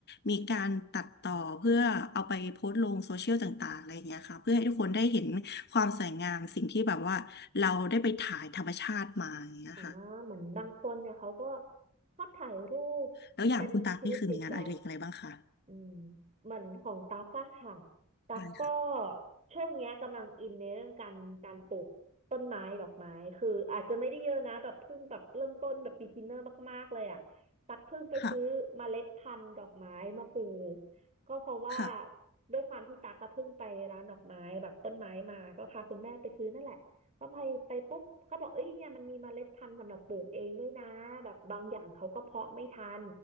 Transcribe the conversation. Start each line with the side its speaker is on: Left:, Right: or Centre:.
Left: มีการตัดต่อเพื่อเอาไปโพสต์ลงโซเชียลต่างๆอะไรอย่างเงี้ยค่ะเพื่อให้ทุกคนได้เห็นความสวยงามสิ่งที่แบบว่าเราได้ไปถ่ายธรรมชาติมาอย่างเงี้ยค่ะ
Right: อ่าเหมือนบางคนเนี่ยเขาก็ชอบถ่ายรูปเป็นชีวิตจิตใจ
Left: แล้วอย่างคุณตั๊กนี่คือมีงานอดิเรกอะไรบ้างคะ
Right: อืมเหมือนของตั๊กอะค่ะตั๊กก็
Left: ใช่ค่ะ
Right: ช่วงเนี้ยกำลังอินในเรื่องการการปลูกต้นไม้ดอกไม้คืออาจจะไม่ได้เยอะนะแบบเพิ่งแบบเริ่มต้นแบบ beginner มากๆเลยอะตั๊กเพิ่งไปซื้อเมล็ดพันธุ์ดอกไม้มาปลูก
Left: ค่ะ
Right: ก็เพราะว่า
Left: ค่ะ
Right: ด้วยความที่ตั๊กก็เพิ่งไปร้านดอกไม้แบบต้นไม้มาก็พาคุณแม่ไปซื้อนั่นแหละ ก็ไปไปปุ๊บเขาบอกเอ้ยเนี่ยมันมีเมล็ดพันธุ์สำหรับปลูกเองด้วยนะแบบบางอย่างเขาก็เพาะไม่ทัน